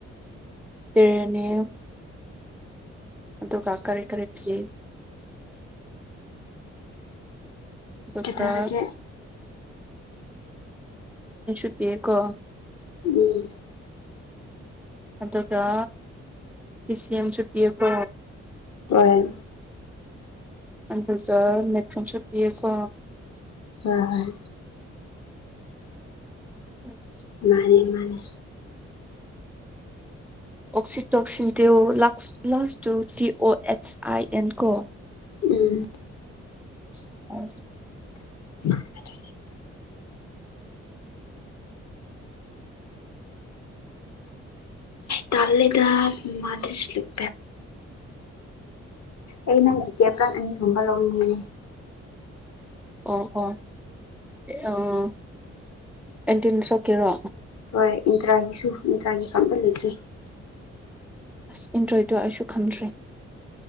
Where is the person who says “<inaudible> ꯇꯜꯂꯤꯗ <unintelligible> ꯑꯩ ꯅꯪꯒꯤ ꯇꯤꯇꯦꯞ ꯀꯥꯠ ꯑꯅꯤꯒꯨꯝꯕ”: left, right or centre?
Left